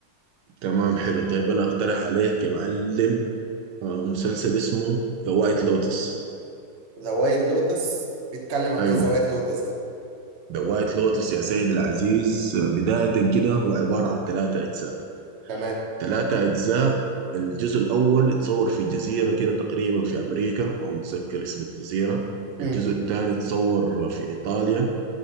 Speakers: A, on the right; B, on the right.
A: تمام حلو طيب أنا أقترح عليك يا معلم آه مسلسل اسمه ذا وايت لوتس
B: ذا وايت لوتس بيتكلم عن
A: أيوه
B: ايه ذا وايت لوتس ده
A: ذا وايت لوتس يا سيدي العزيز آه، بداية كده هو عبارة عن ثلاثة أجزاء
B: تمام
A: ثلاثة أجزاء الجزء الأول اتصور في جزيرة كده تقريبا في أمريكا ما متذكر اسم الجزيرة
B: امم
A: الجزء الثاني اتصور في إيطاليا